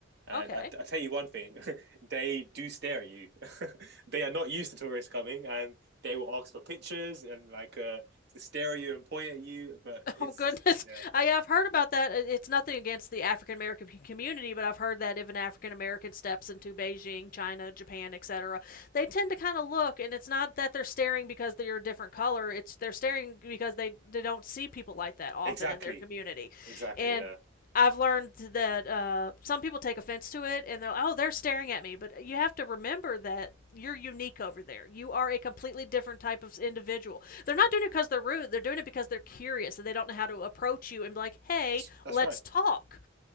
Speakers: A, on the right (about 55°); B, on the left (about 45°).
A: and
B: Okay.
A: I, I
B: <laughs>
A: tell you one thing, <laughs> they do stare at you. <laughs> They are not used to tourists coming and they will ask for pictures and like uh to stare at you and point at you, but it's
B: Oh goodness.
A: yeah.
B: I have heard about that. It's nothing against the African American p- community, but I've heard that if an African American steps into Beijing, China, Japan, etc., they tend to kind of look and it's not that they're staring because they're a different color it's they're staring because they, they don't see people like that often
A: Exactly.
B: in their community
A: Exactly,
B: and
A: yeah.
B: i've learned that uh, some people take offense to it and they're oh they're staring at me but you have to remember that you're unique over there you are a completely different type of individual they're not doing it because they're rude they're doing it because they're curious and they don't know how to approach you and be like hey
A: That's that's
B: let's
A: right.
B: talk